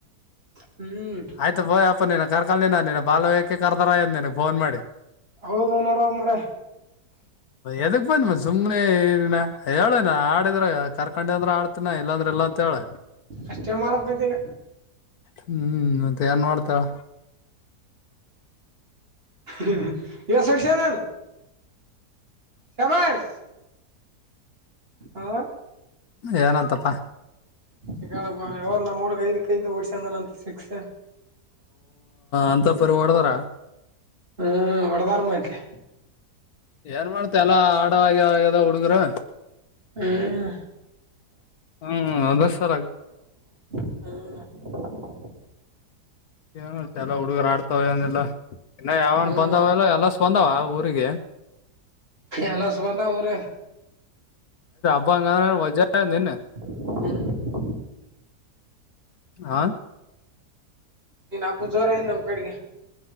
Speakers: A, on the right; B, on the left.
A: ಹ್ಮ್
B: ಆಯ್ತು ಬೋಯ್ ಅಪ್ಪ ನೀ ಕರ್ಕಲ್ಿನ ಬಾಯಹಕಕ್ಕೆ ಕರ್ದಾರಏನ್ ನನ್ ಫೋನ್ ಮಾಡಿ
A: ಹೌದು ನೋಡ ಮರ
B: ಎದಕ್ ಬಂದ್ ಮ ಸುಮ್ನೆ ನ ಹೇಳಣ ಆಡಿದ್ರ ಕರ್ಕೊಂಡ ಅಂದ್ರ ಆಡ್ತಿನ ಇಲ್ಲಾಂದ್ರೆ ಇಲ್ಲಾ ಅಂತ ಹೇಳ
A: ಅಷ್ಟೇ ಮಾಡ್ಬೇಕೈತಿ ಈಗ
B: ಹ್ಮ್ ಮತ್ತೆ ಏನ್ ಮಾಡ್ತಾವ
A: ಹ್ಮ ಯ ಸಡ್ಶದಲ್ಲ ಶಾಮಾಜ ಹ
B: ಏನಂತಪ್ಪ
A: ಈಗ ಅವವ್ರ ನಮ್ಮ್ಡ್ಗ ಐದ್ ಕೈದು ಹೊಡ್ಸಂದನ ಅಂತ ಸಿಕ್ಸ
B: ಅಂತ ಪರಿ ಹೊಡದಾರ
A: ಹ್ಮ್ ವಡದಾರ ಮಾತ್ತೆ
B: ಏನ್ ಮಾಡ್ತ ಎಲ್ಲಾ ಆಡ ಆಗ್ಯದ ಹುಡುಗರು
A: ಹ್ಮ್
B: ಹ್ಮ ಅದ ಸರ್
A: ಹ್ಮ
B: ಏನ್ ಎಲ್ಲಾ ಹುಡುಗರ ಆಡ್ತಾವ ಏನಲ್ಲ ಇನ್ನ ಯಾವನ್
A: ಹ್ಮ್
B: ಬಂದಾವ ಎಲ್ಲ ಎಲ್ಲ ಬಂದಾವ ಊರಿಗೆ
A: ಎಲ್ಲ ಸಂಬಂಧ ಅವಊರ
B: ಅ ಅಂಗ ವಜ ನಿನ್ನೆ
A: ಹ್ಮ
B: ಹ
A: ನೀನ್ ಹಬ್ಬ ಜವರ ನಮ್ ಕಡೆಗೆ